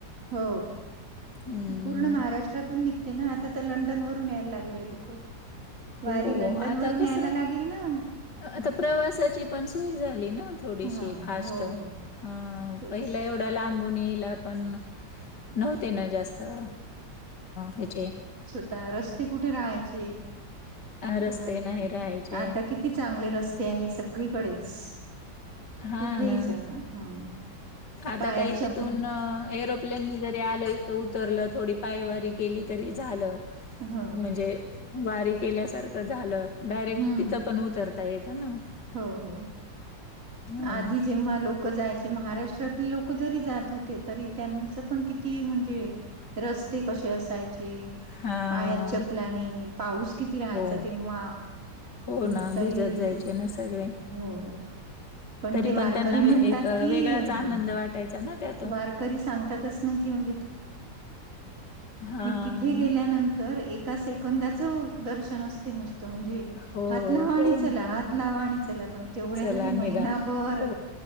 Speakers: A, on the right; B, on the left.
A: हो
B: हं.
A: पूर्ण महाराष्ट्रातून नि ते ना आता तर लंडन वरून यायला लागले लोक. वारी
B: हो.
A: लंडन
B: आता
A: वरून
B: कसं
A: यायला लागली ना.
B: आता प्रवासाची पण सोय झाली ना. थोडीशी
A: हो
B: फास्ट
A: हो हो.
B: पहिला
A: तेच
B: एवढा लांबून येईला पण नव्हते ना जास्त अ ह्याचे
A: आता रस्ते कुठे राहायचे
B: अ, रस्ते
A: आणि
B: नाही राहायचे.
A: आता किती? किती चांगले रस्ते आहे सगळीकडेच
B: हां
A: कुठेही
B: ना.
A: जा हा.
B: आता
A: पायात
B: काही
A: चपला
B: तिथून एरोप आपल्यांनी जरी आलं इथं उतरलं थोडी पायवारी केली तरी झालं.
A: हो
B: म्हणजे वारी केल्याार झालं डायरेक्
A: हम्म
B: तिथ पण उतरत. तायेत ना.
A: हो हो
B: हो
A: आधी
B: ना.
A: जेव्हा लोक. लक जायचे महाराष्ट्रातले लोक जरी जात होते तरी त्यांचं पण किती म्हणजे रस्ते कसे असाय. म्हणे
B: हां.
A: पायार चपला नाही पाऊस किती राहायचा
B: हो.
A: तेव्हा
B: हो
A: ह्
B: ना.
A: तरीिक.
B: भिजत जायचे ना सगळे.
A: हो पण
B: तरी
A: ते वारकरी
B: त्यांना
A: म्हणतात
B: एक अ,
A: कि
B: वेगळाच आनंद
A: हा.
B: वाटायचा ना त्या
A: वारकरी सांगतातच. म्हण
B: हां.
A: तथेेल्या ए. कंदाचं दर्शन असते नुसतं म्हणजे
B: हो,
A: हात लावा आणि
B: हो
A: चला
B: ना.
A: हात लावा आणि चला पण तेवढ्यासाठी
B: चला
A: महिनाभर
B: निघा. हो.